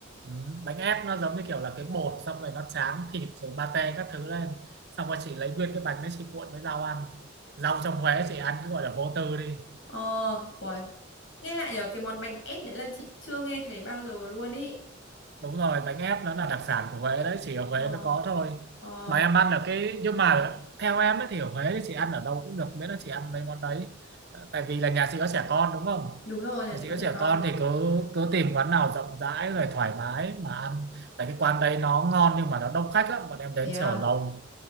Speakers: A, on the right (about 55°); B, on the left (about 75°).
A: ừ. bánh ép nó giống như kiểu là cái bột xong rồi nó tráng thịt rồi pate các thứ lên xong rồi chị lấy nguyên cái bánh đấy chị cuộn với rau ăn rau trong Huế chị ăn cứ gọi là vô tư đi
B: ờ uầy nghe lại nhờ cái món bánh ép đấy là chị chưa nghe thấy bao giờ luôn ý
A: đúng rồi bánh ép nó là đặc sản của Huế đấy chỉ ở Huế
B: ờ
A: mới có thôi
B: ờ
A: mà em ăn ở cái nhưng mà theo em ấy thì ở Huế thì chị ăn ở đâu cũng được miễn là chị ăn mấy món đấy Ờ, tại vì là nhà chị có trẻ con đúng không
B: đúng rồi nhà
A: nhà
B: chị
A: chị
B: có
A: có
B: trẻ
A: trẻ
B: con
A: con thì cứ cứ tìm quán nào rộng rãi rồi thoải mái mà ăn tại cái quán đấy nó ngon nhưng mà nó đông khách lắm bọn em đến
B: thế à
A: chờ lâu